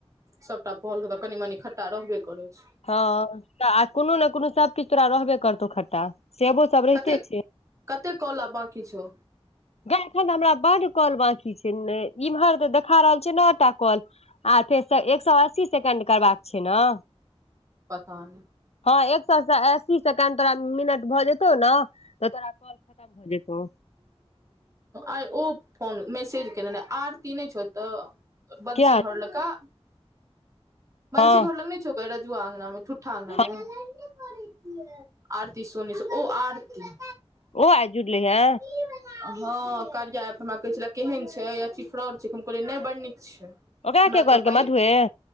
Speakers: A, on the right; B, on the left.
A: सबटा फल तऽ कनी मनी खट्टा रहबे करै छै
B: हँ तऽ आ कोनो ने कोनो सबकिछु तोरा रहबे करतौ खट्टा सेबो सब रहिते
A: कते
B: छै
A: कते कॉल आब बाँकी छौ
B: गै एखन तो हमरा बड काॅल बाकी छै इम्हर तऽ देखा रहल छै नऽटा काॅल आथे एक सए अस्सी सेकेंड करबाक छै ने
A: पता नहि
B: हँ एक सए अस्सी सेकेंड तोरा मिनट भऽ जेतौ ने तोरा खतम भ जेतौ
A: आइ ओ फोन मैसेज केने रहे आरती नहि छौ एतऽ बंसी
B: किया
A: घर लऽ का बंसी
B: हँ
A: घर लग नहि छौ रजुआ अंगना मे ठूठा अंगना
B: हँ
A: मे आरती सोनी छै ओ आरती
B: ओहो आय जुरलै हे
A: हँ कारिया एप हमरा कहै छल केहन छै अथी फ्रॉड छै हम कहलियै नहि बड़ नीक छै हमरा
B: ओकरा के कहलकै
A: तऽ पाइ
B: मधुए